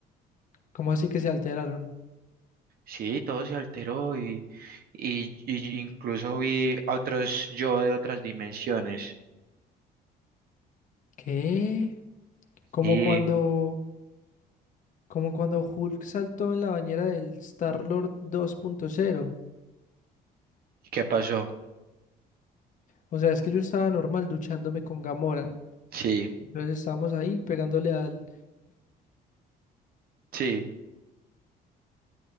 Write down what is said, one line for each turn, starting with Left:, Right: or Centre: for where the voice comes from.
Left: ¿Cómo así que se alteraron?
Right: Sí, todo se alteró y, y, y incluso vi a otros yo de otras dimensiones.
Left: ¿Qué? Como
Right: ¿Y
Left: cuando, como cuando Hulk saltó en la bañera del Star-Lord dos punto cero.
Right: qué pasó?
Left: O sea, es que yo estaba normal duchándome con Gamora.
Right: Sí,
Left: Entonces estábamos ahí pegándole al
Right: sí.